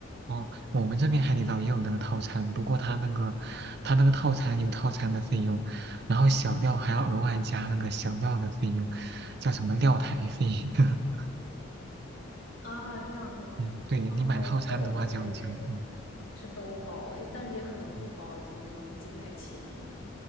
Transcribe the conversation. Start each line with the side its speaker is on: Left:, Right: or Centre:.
Right: 哦，我们这边海底捞也有那个套餐，不过它那个它那个套餐有套餐的费用，然后小料还要额外加那个小料的费用，叫什么料台费。<laughs>
Left: 啊，这样子。
Right: 嗯，对你买套餐的话就有就嗯。
Left: 哦，我记得我们这边是都包，诶但是也可能不包，
Right: 嗯
Left: 就记不太清了。